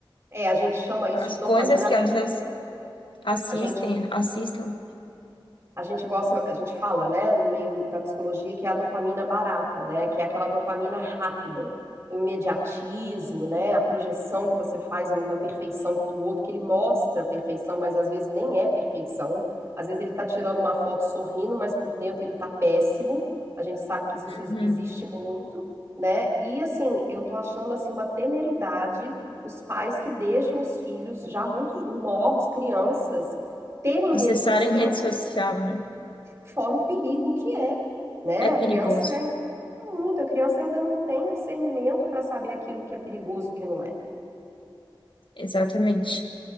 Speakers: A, on the right; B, on the left.
A: É, a gente chama isso
B: as
A: de dopamina,
B: coisas que eles as- assistem,
A: a gente
B: assistam,
A: a gente gosta, a gente fala, né, no meio da psicologia, que é a dopamina barata, né, que é aquela dopamina rápida, o imediatismo, né, a projeção que você faz no- na perfeição do outro, que ele mostra perfeição, mas às vezes nem é perfeição. Às vezes ele tá tirando uma foto sorrindo, mas por dentro ele tá péssimo. A gente sabe que isso ex-
B: uhum.
A: existe muito, né? E assim, eu tô achando assim uma temeridade os pais que deixam os filhos já muito novos, crianças terem
B: Acessarem
A: rede social
B: rede social, né?
A: fora o perigo que é, né?
B: É
A: A
B: perigoso.
A: criança é muito, a criança ainda não tem o discernimento para saber aquilo que é perigoso e que não é.
B: Exatamente.